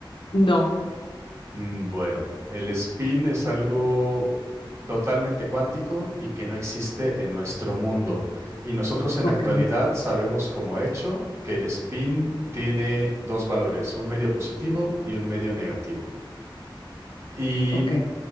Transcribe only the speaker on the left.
no,
ok,
ok,